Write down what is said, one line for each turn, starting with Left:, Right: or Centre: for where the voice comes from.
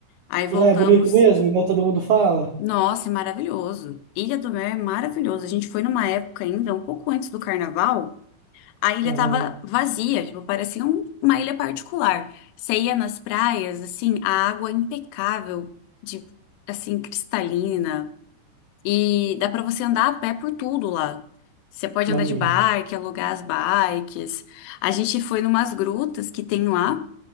Left: Aí voltamos.
Right: E lá é bonito mesmo, igual todo mundo fala?
Left: Nossa, é maravilhoso. Ilha do Mel é maravilhoso. A gente foi numa época ainda, um pouco antes do carnaval, a ilha
Right: Aham.
Left: tava vazia, tipo, parecia um- uma ilha particular. Você ia nas praias, assim, a água é impecável, de, assim, cristalina. E dá pra você andar a pé por tudo lá. Você pode
Right: Maneiro.
Left: andar de bike, alugar as bikes. A gente foi numas grutas que tem lá,